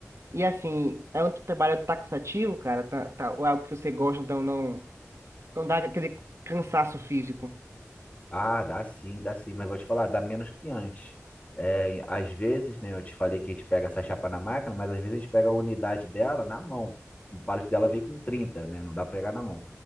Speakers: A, on the right; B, on the left.
A: E assim, é um trabalho que tá cansativo, cara, tá, tá, ou é algo que você gosta, então não, não dá aquele cansaço físico.
B: Ah, dá sim, dá sim, mas vou te falar, dá menos que antes. É, às vezes, né, eu te falei que a gente pega essa chapa na máquina, mas às vezes a gente pega a unidade dela na mão. Um pallet dela vem com 30, né? Não dá pra pegar na mão.